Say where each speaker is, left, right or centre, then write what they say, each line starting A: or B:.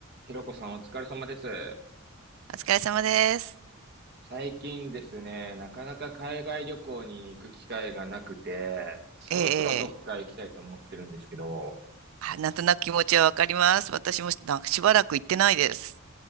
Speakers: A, on the right; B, on the right.
A: ひろこさんお疲れ様です。
B: お疲れ様です。
A: 最近ですね、なかなか海外旅行に行く機会がなくて、そろそろどっか行きたいと思ってるんですけど。
B: ええ、ええあ、なんとなく気持ちはわかります。私もなんかしばらく行ってないです。